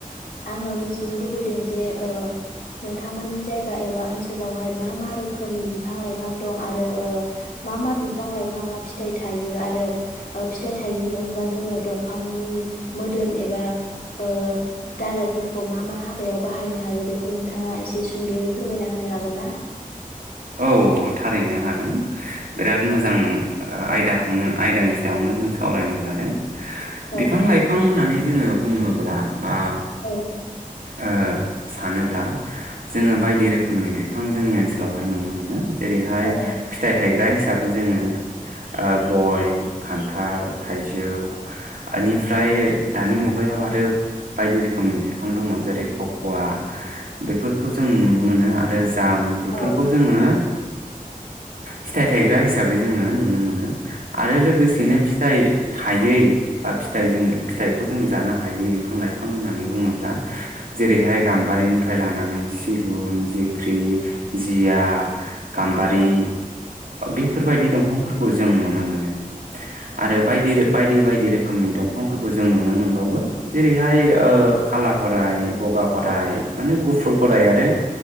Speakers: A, on the left; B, on the right.
A: आङो मिथिनो लुबैदों जे ओ नोंथांमोननि जायगा एबा ओनसोलावहाय मा मा रो खोमनि बिफां लाइफां दं आ रो ओ मा मा बिफां लाइफाङा फिथाइ थायो आरो फिथाइ थायैनि अनगा जोङो दंफांनि मोदोम एबा ओ दालइफोरखौ मा मा हाबायाव बाहायनो हायो बेखौ नोंथाङा एसे सुंदयै फोरमायना होनो हागोन ना?
B: औ औ थारैनो हागोन। बिराद मोजां
A: औ
B: आयदाखौनो आयदानि सायावनो जों सावरायनो लादों।
A: औ
B: बिफां लाइफां होननानै जोङो बुङोब्ला बा
A: औ।
B: ओ सानोब्ला जोङो बायदि रोखोमनि बिफां जोंनि ओनसोलाव हाय नुनो मोनो जेरैहाय
A: औ
B: फिथाइ थायग्रा हिसाबै जोङो आ गय, खान्थाल, थाइजौ <unintelligible> फ्राय दानि मु गायाव आरो बायदि रोखोमनि बि फां दङ जेरै ककवा बेफोरखौ जों नुनो मोनो आरो जा
A: औ
B: फोरखौ जोङो फिथाइ थायग्रा हिसाबै जोङो नुनो मोनो। आरो लोगोसेनो फिथाइ थायै बा फिथाइ जोङो फिथाइखौ जों जानो हायै बिफां लाइफां होननानै बुङोब्ला जेरैहाय गाम्बारिनिफ्राय लानानै सिगुन, जेख्रि जिया। गामबारि।
A: औ
B: बेफोरबायदि दंफांफोरखौ जों नुनो मोनो। आरो बायदि रो बायदि बायदि रोखोमनि दंफांफोरखौ जों जों नुनो मोनबावो जेरैहाय ओ खाला खराय बगा खराय माने गुफुर खराय आरो